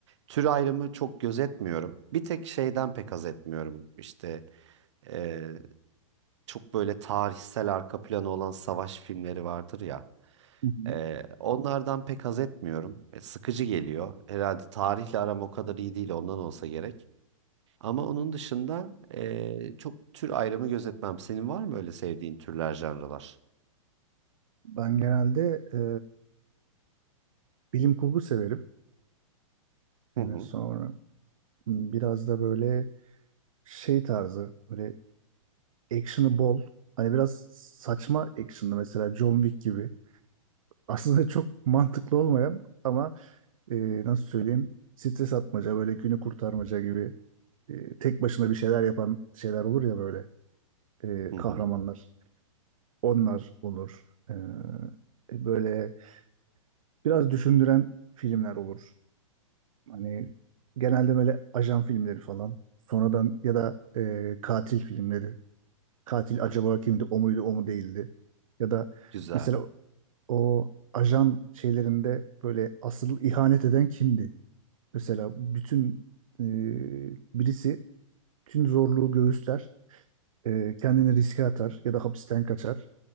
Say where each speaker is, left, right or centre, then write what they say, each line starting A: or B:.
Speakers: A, on the right (about 55°); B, on the right (about 75°).
A: tür ayrımı çok gözetmiyorum. Bir tek şeyden pek haz etmiyorum. İşte e, çok böyle tarihsel arka planı olan savaş filmleri vardır ya.
B: Hı hı.
A: E, onlardan pek haz etmiyorum. E, sıkıcı geliyor. Herhalde tarihle aram o kadar iyi değil ondan olsa gerek. Ama onun dışında eee, çok tür ayrımı gözetmem. Senin var mı öyle sevdiğin türler, janralar?
B: Ben genelde e, bilim kurgu severim. Yani
A: Hı hı,
B: sonra biraz da böyle şey tarzı, böyle action'ı bol. Hani biraz saçma action'lı mesela John Wick gibi. Aslında <laughs> çok mantıklı olmayan ama e, nasıl söyleyeyim stres atmaca, böyle günü kurtarmaca gibi e, tek başına bir şeyler yapan şeyler olur ya böyle e,
A: hı
B: kahramanlar.
A: hı.
B: Onlar olur. E, e, böyle Biraz düşündüren filmler olur. Hani genelde böyle ajan filmleri falan. Sonradan ya da e, katil filmleri. Katil acaba kimdi? O muydu, o mu değildi? Ya da
A: Güzel.
B: mesela o ajan şeylerinde böyle asıl ihanet eden kimdi? Mesela bütün e, birisi tüm zorluğu göğüsler, e, kendini riske atar ya da hapisten kaçar.